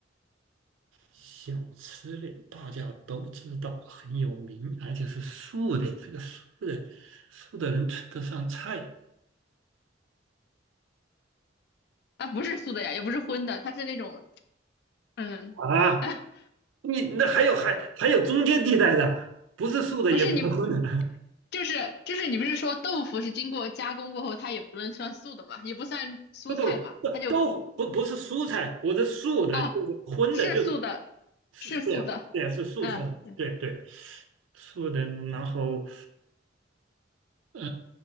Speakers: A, on the right; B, on the left.
A: 小吃类大家都知道很有名，而且是素的，这个素的素的能吃得上菜
B: 它不是素的呀，也不是荤的，它是那种，嗯，
A: 啊？
B: <laughs>
A: 你那还有还还有中间地带的，不是素的也不是荤的，
B: 不是你，就是就是你不是说豆腐是经过加工过后，它也不能算素的嘛，也不算蔬菜嘛，
A: <laughs> 不不不，
B: 它就
A: 都不不是蔬菜，我的素的就是荤的，
B: 啊，是素的，
A: 就是是这样，
B: 是素的，
A: 对呀是素菜，
B: 嗯，对，
A: 对对，素的，然后，哎